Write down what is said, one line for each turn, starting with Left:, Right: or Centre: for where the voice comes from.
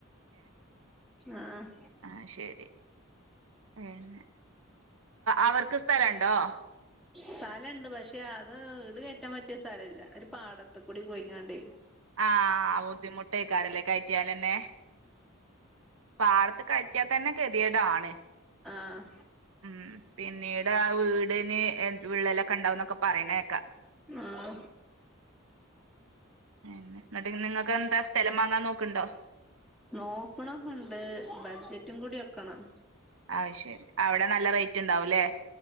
Centre: അ ആഹ്
Right: ആഹ ശരി പിന്നെ അവർക്ക് സ്ഥലംണ്ടോ?
Centre: സ്ഥലുണ്ട് പക്ഷെ അത് ഇീട് കയറ്റാൻ പറ്റിയ സ്ഥലല്ല ഒരു പാടത്ത കൂടി പോയിങ്ങണ്ടേ
Right: ആഹ ബുദ്ധിമുട്ട്ക്കാരല്ലേ കയറ്റിയൽന്നെ പാടത്ത് കയ കയറ്റിയിൽ തന്നെ കെതിയടാണ്.
Centre: ആഹ
Right: ഉം പിന്നീട് ആ വീടിന് വിള്ളലൊക്കെ ഉണ്ടാവന്നൊക്കെ പറയണേക്കാ
Centre: ആഹ
Right: പിന്ന എന്നിട്ട് നിങ്ങൾക്ക് എന്താ സ്ഥലം വാങ്ങാൻ നോക്കണ്ടോ?
Centre: നോക്കണംക്കെ ണ്ട് ബഡ്ജറ്റും കൂടി ഒക്കണം.
Right: അയ്ശരി അവിടെ നല്ല റേറ്റ് ഉണ്ടാവുംല്ലേ?